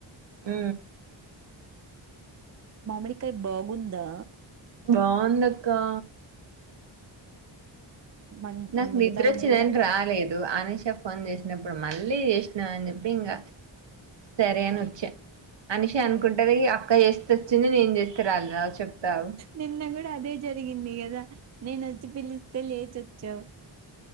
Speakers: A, on the right; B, on the right.
A: మ్
B: మామడికాయ బాగుందా?
A: బాగుందక్కా.
B: మన్
A: నాక్
B: మిగతా
A: నిద్ర
B: రెండు
A: వచ్చిందని
B: కూడా
A: రాలేదు అనిషా ఫోన్ చేసినప్పుడు మళ్ళీ చేసినవ్ అన్ చెప్పి ఇంగ సరే అని వచ్చా. అనిష అనుకుంటది అక్క చేస్తే వచ్చింది నేను చేస్తే రాలేదు ఆగు చెప్తా ఆగు
B: నిన్న గుడా అదే జరిగింది గదా నేనొచ్చి పిలిస్తే లేచొచ్చావు.